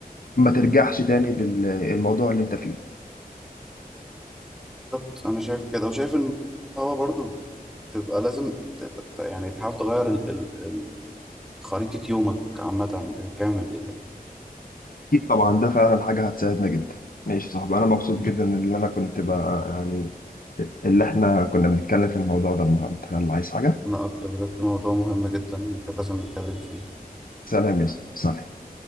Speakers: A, on the left; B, in the centre.
A: ما ترجعش تاني للموضوع اللي انت فيه
B: بالظبط انا شايف كده وشايف ان هو برضو بتبقى لازم ت- ت- ت- يعني تحاول تغير ال- ال- ال- خريطة يومك عامة بالكامل دي
A: أكيد طبعا ده فعلا حاجة هتساعدنا جدا ماشي يا صاحبي أنا مبسوط جدا إن أنا كنت بقى يعني اللي إحنا كنا بنتكلم في الموضوع ده النهاردة يلا عايز حاجة؟
B: انا اكتر بجد موضوع مهم جدا ممكن لازم نتكلم فيه
A: سلام يا صاحبي سلام